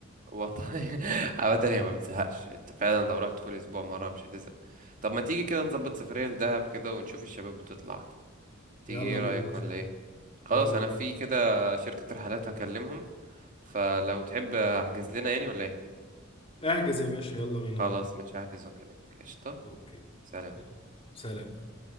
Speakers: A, on the right; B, on the left.
A: والله <laughs> عامة هي ما بتزهقش انت فعلا لو رحت كل اسبوع مرة مش هتزهق طب ما تيجي كده نظبط سفرية لدهب كده ونشوف الشباب بتطلع
B: <laughs>
A: تيجي
B: يلا
A: ايه
B: بينا
A: رأيك
B: يا باشا
A: ولا ايه خلاص
B: يلا
A: انا
B: بينا
A: في كده شركة رحلات هكلمهم فلو تحب احجز لنا يعني ولا ايه
B: احجز يا باشا يلا بينا
A: خلاص
B: والله
A: مش هحجز وكده قشطة
B: اوكي
A: سلام
B: يلا. سلام